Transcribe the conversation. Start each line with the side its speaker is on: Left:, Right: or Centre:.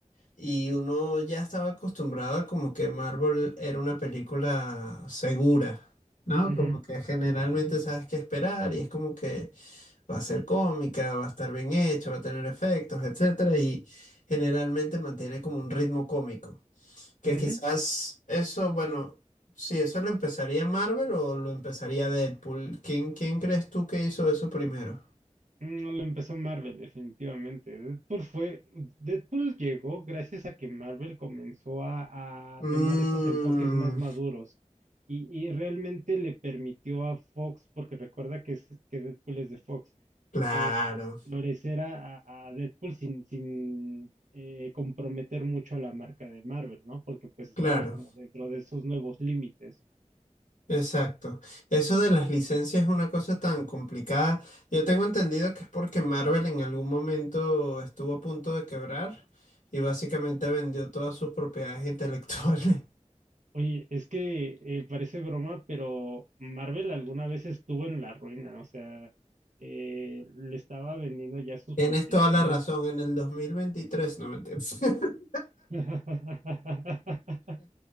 Left: Y uno ya estaba acostumbrado a como que Marvel era una película segura, ¿no?
Right: ujú,
Left: Como que generalmente sabes qué esperar y es como que va a ser cómica, va a estar bien hecho, va a tener efectos, etcétera, y generalmente mantiene como un ritmo cómico. Que
Right: ujú.
Left: quizás eso, bueno, sí eso lo empezaría Marvel o lo empezaría Deadpool. ¿Quién, quién crees tú que hizo eso primero?
Right: Mm, No lo empezó Marvel, definitivamente. Deadpool fue, Deadpool llegó gracias a que Marvel comenzó a,
Left: Mmm,
Right: a tomar esos enfoques más maduros y, y realmente le permitió a Fox, porque recuerda que, es- que Deadpool es de Fox,
Left: claro,
Right: eh, como que florecer a, a- a Deadpool sin, sin eh, comprometer mucho a la marca de Marvel, ¿no? Porque pues estaba
Left: claro.
Right: como dentro de esos nuevos límites.
Left: Exacto. Eso de las licencias es una cosa tan complicada. Yo tengo entendido que es porque Marvel en algún momento estuvo a punto de quebrar y básicamente vendió todas sus propiedades intelectuales. <laughs>
Right: Oye, es que eh, parece broma, pero Marvel alguna vez estuvo en la ruina, o sea, eh, le estaba vendiendo ya sus
Left: Tienes
Right: propiedades.
Left: toda la razón, en el dos mil veintitrés no me entiendes. <laughs>
Right: <laughs>